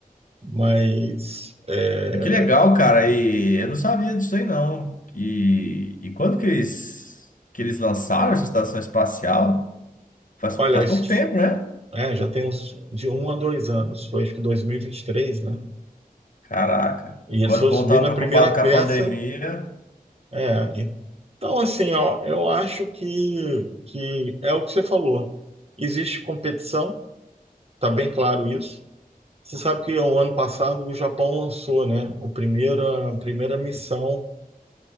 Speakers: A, on the right (about 40°); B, on the left (about 60°).
A: Mas, é,
B: Mas que legal, cara. E eu não sabia disso aí, não. E, e quando que eles, que eles lançaram essa estação espacial? Faz,
A: olha,
B: faz
A: acho
B: pouco
A: que,
B: tempo, né?
A: é, já tem uns de um a dois anos, foi acho que 2023, né?
B: Caraca.
A: E eles
B: Quando
A: foram
B: o povo
A: subindo
B: tava preocupado
A: a primeira peça.
B: com a pandemia,
A: É, então, assim, ó, eu acho que, que é o que você falou. Existe competição, tá bem claro isso. Você sabe que o ano passado o Japão lançou, né, a primeira, a primeira missão